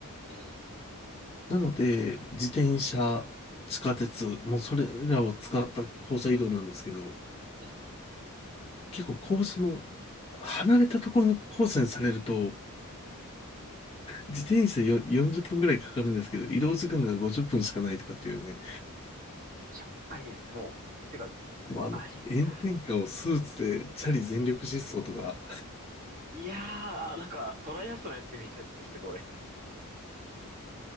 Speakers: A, on the right (about 40°); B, on the left (about 25°).
A: ええ、ええ、
B: なので、自転車、地下鉄、もうそれらを使った校舎移動なんですけど、
A: ええ。
B: 結構校舎の、離れたところのコースにされると、自転車よ40分ぐらいかかるんですけど、移動時間が50分しかないとかっていうね、
A: やばいですね、もう。てか、
B: もうあの、
A: あれよ、
B: 炎天下をスーツでチャリ全力疾走とか、
A: いやー、いやー、なんかトライアスロンやってみたいですね、すごい。